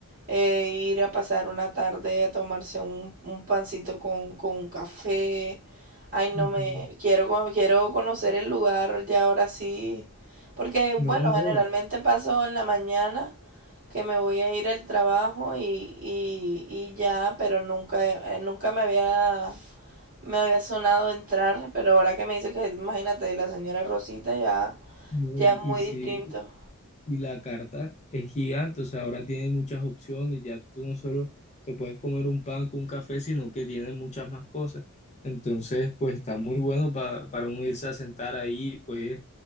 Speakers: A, on the right; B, on the left.
A: eh, ir a pasar una tarde a tomarse un, un pancito con, con un café. Ay, no
B: Ujú.
A: me quiero cono- quiero conocer el lugar ya ahora sí, porque bueno,
B: No, no,
A: generalmente paso en la mañana que me voy a ir al trabajo y, y, y ya, pero nunca, eh, nunca me había, me había sonado entrar, pero ahora que me dice que, imagínate, la señora Rosita ya,
B: no,
A: ya
B: y,
A: es muy
B: y sí,
A: distinto.
B: Y la carta es gigante, o sea, ahora tiene muchas opciones, ya tú no solo te puedes comer un pan con un café, sino que tiene muchas más cosas. Entonces, pues está muy bueno pa- para uno irse a sentar ahí, puedes